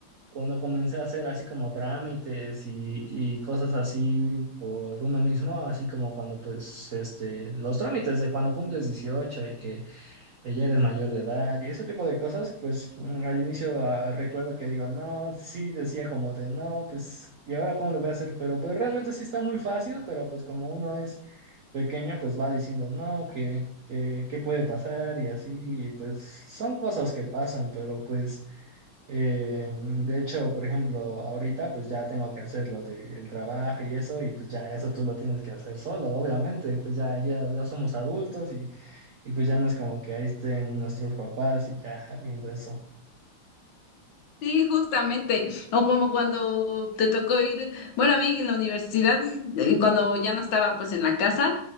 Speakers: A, on the right; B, on the left.
A: cuando comencé a hacer así como trámites y, y cosas así por uno mismo, así como cuando pues este, los trámites de cuando cumples 18 y que eh, ya eres mayor de edad y ese tipo de cosas, pues mm, al inicio ah, recuerdo que digo, no, sí, decía como de no, pues, ¿y ahora cómo lo voy a hacer? Pero pues realmente sí está muy fácil, pero pues como uno es pequeño, pues va diciendo, no, que... qué ¿Qué puede pasar? Y así, y pues son cosas que pasan, pero pues eh, de hecho, por ejemplo, ahorita pues ya tengo que hacer lo del trabajo y eso, y pues ya eso tú lo tienes que hacer solo, obviamente, pues ya, ya, ya somos adultos y, y pues ya no es como que ahí estén nuestros papás y ya viendo eso.
B: Sí, justamente. O como cuando te tocó ir, bueno, a mí en la universidad, eh, cuando ya no estaba pues en la casa,